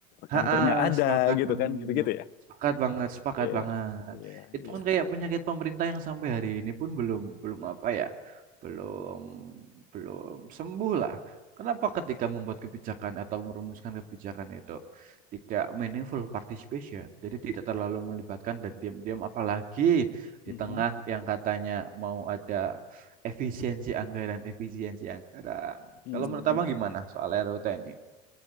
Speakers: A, on the right (about 45°); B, on the left (about 55°).
A: Ha,
B: Kantornya ada
A: sepakat
B: gitu
A: banget.
B: kan, gitu-gitu ya?
A: Sepakat banget, sepakat
B: Iya,
A: banget.
B: iya,
A: Itu
B: iya.
A: kan kayak penyakit pemerintah yang sampai hari ini pun belum belum apa ya? Belum belum sembuh lah. Kenapa ketika membuat kebijakan atau merumuskan kebijakan itu tidak meaningful participation, jadi tidak terlalu melibatkan dan diam-diam apalagi
B: Mhm,
A: di tengah yang katanya mau ada efisiensi anggaran, efisiensi anggaran.
B: mhm,
A: Kalau menurut
B: mhm.
A: Abang gimana soal RUU ini?